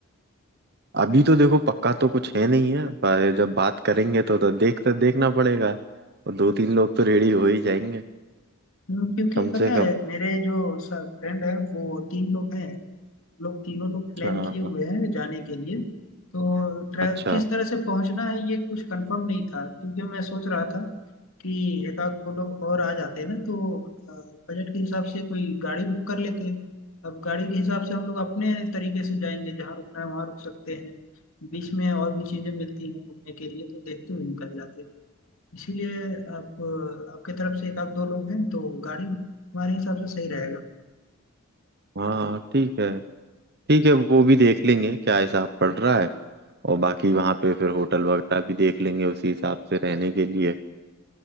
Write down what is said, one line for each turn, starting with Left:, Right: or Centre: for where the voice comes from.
Right: अभी तो देखो पक्का तो कुछ है नहीं है पर जब बात करेंगे तो तो देख तो देखना पड़ेगा और दो तीन लोग तो रेडी हो ही जाएंगे
Left: हम्म, क्योंकि
Right: कम
Left: पता
Right: से
Left: है
Right: कम
Left: मेरे जो सर फ्रेंड है वो तीन लोग हैं हम लोग तीनों लोग प्लान
Right: हाँ
Left: किए हुए
Right: हाँ,
Left: हैं जाने के लिए तो ट्रैव
Right: अच्छा
Left: किस तरह से पहुंचना है ये कुछ कंफर्म नहीं था क्योंकि मैं सोच रहा था कि एक आध दो लोग और आ जाते हैं ना तो अ, बजट के हिसाब से कोई गाड़ी बुक कर लेते हैं अब गाड़ी के हिसाब से हम लोग अपने तरीके से जाएंगे जहाँ रुकना है वहाँ रुक सकते हैं बीच में और भी चीज़ें मिलती हैं घूमने के लिए तो देखते हुए निकल जाते हैं इसीलिए आप अ, आपके तरफ से एक आध दो लोग हैं तो गाड़ी हमारे हिसाब से सही रहेगा
Right: हाँ ठीक है ठीक है वो भी देख लेंगे क्या हिसाब पड़ रहा है और बाकी वहाँ पे फिर होटल वगैरह भी देख लेंगे उसी हिसाब से रहने के लिए